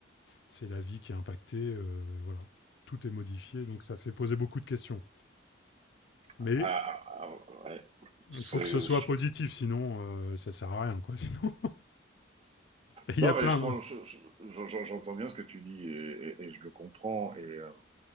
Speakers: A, on the left (about 65°); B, on the right (about 30°).
A: c'est la vie qui est impactée, euh, voilà. Tout est modifié, donc ça fait poser beaucoup de questions. Mais
B: Ah, ah, ah, ouais. C'est-
A: il faut que ce soit positif, sinon euh, ça sert à rien, quoi. <laughs> Sinon, Et il
B: Non,
A: y a plein.
B: mais je
A: hein.
B: j'entends bien ce que tu dis et, et- et je le comprends. Et euh,